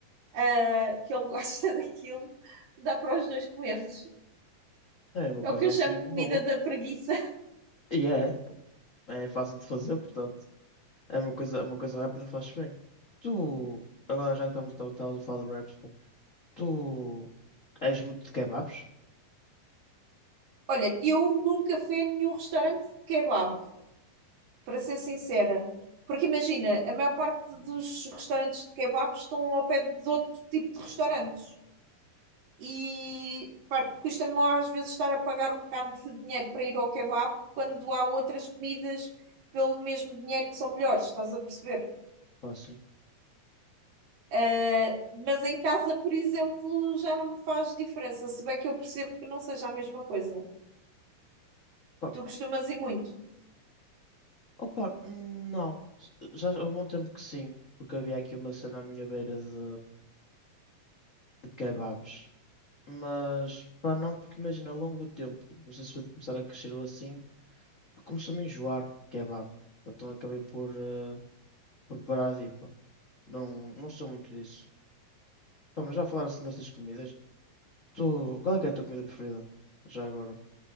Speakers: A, on the right; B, on the left.
A: eh, que ele <laughs> gosta daquilo, dá para os dois comermos.
B: É uma
A: É
B: coisa
A: o que eu
B: assim
A: chamo comida
B: boa.
A: da preguiça.
B: E é, é fácil de fazer, portanto. É uma coisa, uma coisa rápida, faz bem. Tu, agora já que estamos, estamos a falar de raps, pá. Tu és muito de kebabs?
A: Olha, eu nunca fui a nenhum restaurante de kebab. para ser sincera. Porque imagina, a maior parte dos restaurantes de kebabs estão ao pé de outro tipo de restaurantes. E pá, custa-me às vezes estar a pagar um bocado de dinheiro para ir ao kebab quando há outras comidas pelo mesmo dinheiro que são melhores, estás a perceber?
B: Ou assim?
A: Uh, mas em casa, por exemplo, já não me faz diferença, se bem que eu percebo que não seja a mesma coisa.
B: Pá,
A: Tu costumas ir muito.
B: Opa, não. Já há algum tempo que sim, porque havia aqui uma cena à minha beira de, de kebabs. Mas, pá, não, porque imagina, ao longo do tempo, não sei se foi de começar a crescer ou assim, começou-me a enjoar de kebab. Então acabei por, eh, por parar de ir, pá. Não, não sou muito disso. Pá, mas já a falar assim destas comidas, tu, qual é que é a tua comida preferida? Já agora,